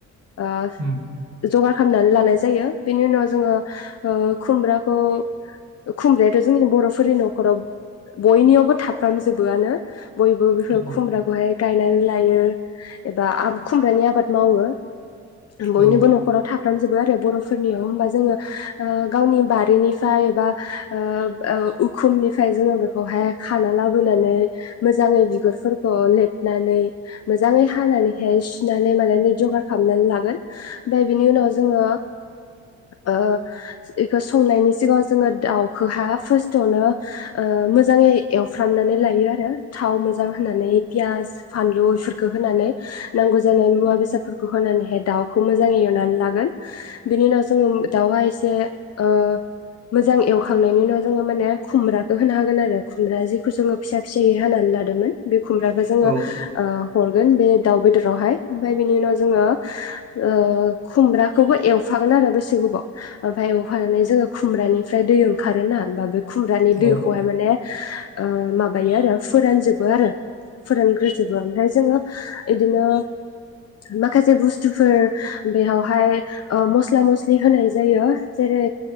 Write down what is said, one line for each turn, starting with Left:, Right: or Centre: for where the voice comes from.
Left: आ
Right: उम
Left: जगार खालामनानै लानाय जायो बेनि उनाव जोङो ओ खुमब्रा खौ खुमब्रायाथ' जोंनि बर' फोरनि नखराव बयनियावबो थाब फ्रामजोबोआनो बयबो बेफोर
Right: नंगौ
Left: खुमब्राखौहाय गायनानै लायो एबा आब खुमब्रानि आबाद मावो बयनिबो
Right: औ
Left: नखराव थाब खालामजोबो आरो बर'फोरनियाव होमबा जोङो ओ गावनि बारिनिफाय बा ओ उखुमनिफ्राय जोङो बेखौहाय खाना लाबोनानै मोजाङै बिगुरफोरखौ लेबनानै मोजाङै हानानैहाय सुनानै मानानै जगार खालामनानै लागोन ओमफाय बिनि उनाव जोङो ओ इखौ संनायनि सिगाङाव जोङो दाउखौहा फारस्टआवनो ओ मोजाङै एवफ्रामनानै लायो आरो थाव मोजां होनानै पियास फानलु बेफोरखौ होनानै नांगौ जानाय मुवा बेसादफोरखौ होनानैहाय दाउखौ मोजाङै एवनानै लागोन बेनि उनाव जोङो दाउहा एसे ओ मोजां एवखांनायनि उनाव जोङो माने खुमब्राखौ होना हागोन आरो ओमफ्राय जेखौ जोङो फिसा फिसायो हानानै लादोंमोन बे खुमब्राखौ जोङो
Right: औ
Left: ओ हरगोन बे दाउ बेदरावहाय ओमफाय बेनि उनाव जोङो ओ खुमब्राखौबो एवफागोन आरो दसे गोबाव एवफानानै जोङो खुमब्रानिफ्राय दै ओंखारोना होमबा बे खुमब्रानि दैखौहाय
Right: औ
Left: माने ओ माबायो आरो फोरानजोबो आरो फोरानग्रोजोबो ओमफ्राय जोङो इदिनो माखासे बुस्थुफोर बेयावहाय ओ मस्ला मस्लि होनाय जायो जेरै